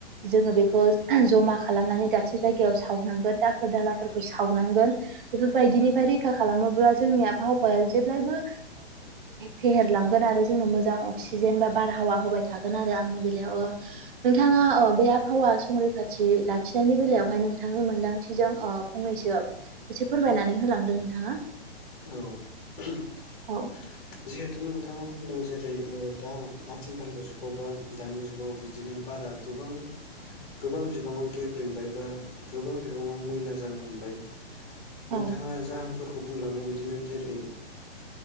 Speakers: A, on the right (about 55°); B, on the left (about 50°).
A: जोङो बेखौ ज'मा खालामनानै दाबसे जायगायाव सावनांगोन दाखोर दालाफोरखौ सावना गोन बेफोरबायदिनिफ्राय रैखा खालामोब्ला जोंनि आबहावाया जेब्लायबो। फेहेरलांगोन आरो जोंनो मोजां अक्सिजेन बा बारहावा होबाय थागोन आरो आंनि बेलायाव। नोंथाङा बे आबहावा संरैखाथि लाखिनायनि बेलायावहाय नोंथांनि मोनदांथिजों फंनैसो एसे फोरमायनानै होलांदो नोंथाङा
B: औ जिहेथु
A: औ
B: नोंथाङा बुंदों जेरै दा आथिखालनि जुगाव बा दानि जुगाव बिदिनो बारा गोबां गोबां बिबाङाव गेब्रेंबाय बा गोबां बिबाङाव मैला जानो हमबाय।
A: औ
B: नोंथाङा जाहोनफोरखौ बुंलांनाय बाइदिनो जेरै